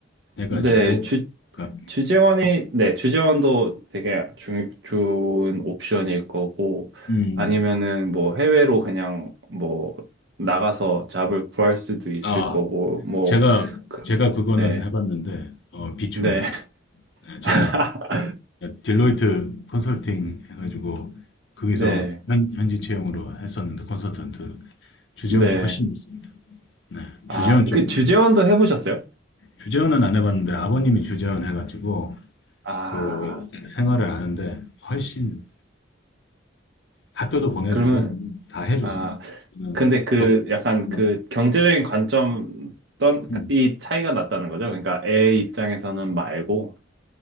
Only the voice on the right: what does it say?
네, 주,
주재원이, 네, 주재원도 되게 주, 좋은 옵션일 거고,
아니면은 뭐 해외로 그냥 뭐 나가서 잡을 구할 수도 있을
거고, 뭐,
그,
네,
네,
<laughs>
네,
네.
아,
그
주재원도 해보셨어요?
아,
그러면,
아,
근데 그
약간
그 경제적인 관점, 떤이
차이가 났다는 거죠? 그러니까 애 입장에서는 말고.